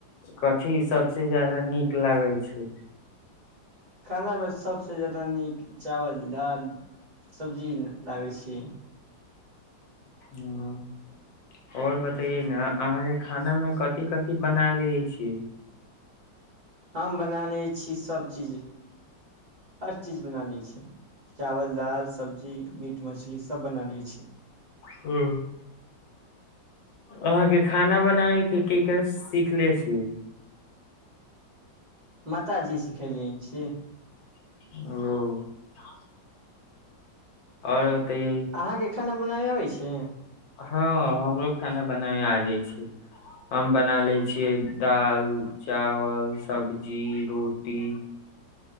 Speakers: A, on the left; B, on the right.
A: कथि सबसे जादा नीक लागै छै
B: खाना मे सबसे नीक चावल, दाल, सब्जी, लागे छी
A: ह आओर बतैयै ने अहाँके खानामे कथि कथि बना लै छिय
B: हम बना लै छी सभचीज हर चीज बना लै छी चावल दाल सब्जी मीट मछली सभ बना लै छी
A: ह अहाँके खाना बनाबै के केकर सीखले छियै
B: माताजी सिखेलियनि छी
A: ओ आओर बतैयै
B: अहाँके खाना बनाबे अबै छियै
A: हँ हमरो खाना बनाबै आ जाय छी हम बनालै छ दाल चावल सब्जी रोटी